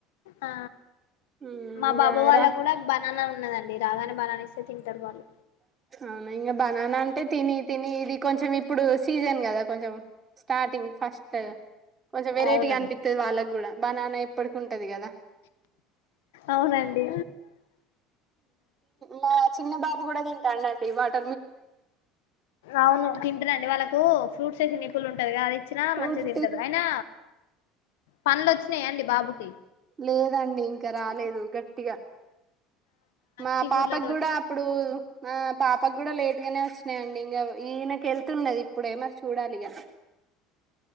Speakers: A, on the left (about 80°); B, on the right (about 30°).
A: ఆ
B: ఉమ్
A: మా
B: ఇక
A: బాబు వాళ్ళ
B: రా
A: కూడా బనానా ఉన్నదండి రాగానే బలానేస్తేటారు వాళ్ళు
B: అవునా ఇం బననా అంటే తిన తిన ఇది కొంచెం ఇప్పుడు సీజన్ కదా కొంచెం స్టార్టింగ్ ఫస్ట్ కొంచెం వెరైటీగా
A: అవునండి
B: అనిపిస్తుది వాళ్ళకి కూడా బనానా ఎప్పటికి ఉంటది కదా
A: అవునండి
B: మా చిన్న బాబు కూడా తింటాండండి వాట
A: అవును తింటనండి వాళ్ళకు ఫ్రూట్స్ వేసిన నిప్పులు ఉంటది అది వచ్చినా
B: ఫ్రూట్
A: మంచిగాదింటదు అయినా పనులు వచ్చినాయండి బాబుకి
B: లేదండి ఇంకా రాలేదు గట్ టిగా మా
A: చిగుర్ల
B: పాపకి
A: తోటి
B: కూడా అప్పుడు మా పాపకు కూడా లేటు గానే వచ్చినన్నాయి అండి ఇంకా ఈయనకు వెళ్తున్నది ఇప్పుడే మరి చూడాలి ఇగ